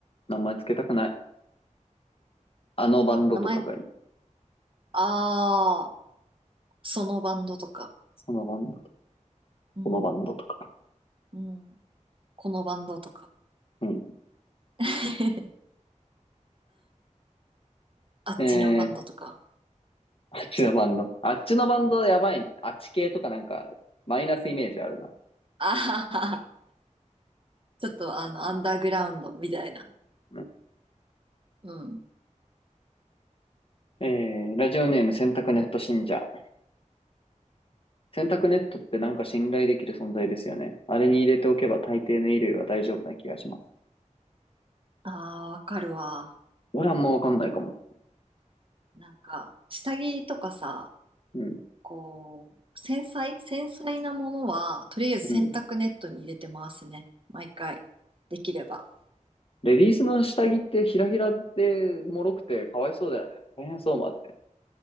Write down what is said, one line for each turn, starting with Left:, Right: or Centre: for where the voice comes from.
Left: 名前つけたくない。あのバンドとかがいい。
Right: 名前、ああ、そのバンドとか。
Left: そのバンドとか、
Right: うん。
Left: このバンドとか。
Right: うん。このバンドとか。
Left: うん。
Right: <laughs> あっちのバンドとか。
Left: えー、あっちのバンド。あっちのバンドやばい。あっち系とかなんか、マイナスイメージあるな。
Right: ああ、ちょっとあの、アンダーグラウンドみたいな。
Left: うん
Right: うん。
Left: えー、ラジオネーム洗濯ネット信者。洗濯ネットってなんか信頼できる存在ですよね。あれに入れておけば大抵の衣類は大丈夫な気がします。
Right: ああ、わかるわ。
Left: 俺はあんまわかんないかも。
Right: なんか、下着とかさ、
Left: うん、
Right: こう、繊細、繊細なものは、とりあえず洗濯ネットに入れてますね。
Left: うん。
Right: 毎回。できれば。
Left: レディースの下着ってひらひらで脆くてかわいそうだよね。大変そう、マジで。